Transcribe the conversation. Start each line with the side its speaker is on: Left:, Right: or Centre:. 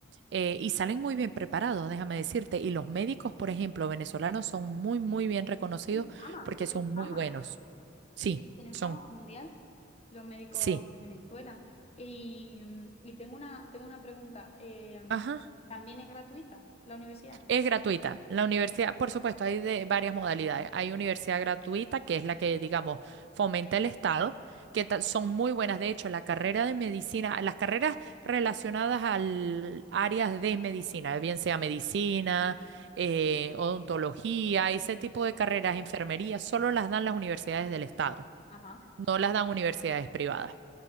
Right: eh, y salen muy bien preparados, déjame decirte, y los médicos, por ejemplo, venezolanos son muy, muy bien reconocidos
Left: Tienen fama,
Right: porque
Left: tienen
Right: son
Left: fama.
Right: muy buenos. Sí,
Left: Sí, sí, tienen
Right: son,
Left: fama mundial los médicos
Right: sí.
Left: de Venezuela. Y, y tengo una, tengo una pregunta, eh,
Right: Ajá.
Left: ¿también es gratuita la universidad?
Right: Es gratuita. La universidad, por supuesto, hay de varias modalidades. Hay universidad gratuita, que es la que, digamos, fomenta el Estado, que ta- son muy buenas. De hecho, la carrera de medicina, las carreras relacionadas al áreas de medicina, bien sea medicina, eh, odontología, ese tipo de carreras, enfermería, solo las dan las universidades del Estado,
Left: Ajá.
Right: no las dan universidades privadas.